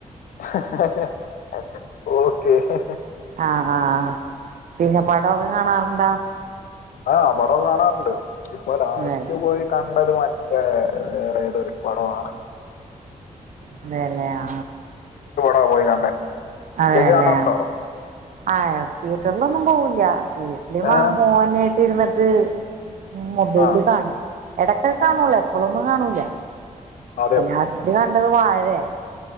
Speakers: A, on the left; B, on the right.
A: <unintelligible> ഓക്കെ <unintelligible>
B: ആഹ് ആഹ് പിന്നെ പടോക്കെ കാണാറുണ്ടോ
A: ആ പടം കാണാറുണ്ട് ഇപ്പൊ ലാസ്റ്റ്
B: അതെ
A: പോയി കണ്ടത് മറ്റേ വേറെ <unintelligible> ഒരു പടമാണ്
B: അതെ ല്ലേ ആ
A: ട പോയി കണ്ടേ
B: അതെയല്ലേ
A: ചേച്ചി കാണാറുണ്ടോ
B: ആ തിയേറ്ററിലൊന്നും പോവൂ ല്ലാ വീട്ടില് മാ
A: ഏഹ്
B: മോനായിട്ട് ഇരുന്ന് <unintelligible> ഉം മൊബൈലില്
A: ആഹ്
B: കാണും ഇടക്കൊക്കെ കാണുള്ളോ
A: ആഹ്
B: എപ്പോഴും അമ്മ കാണൂലെ
A: അതെയോ
B: ലാസ്റ്റ് ക കണ്ടത് വാഴെ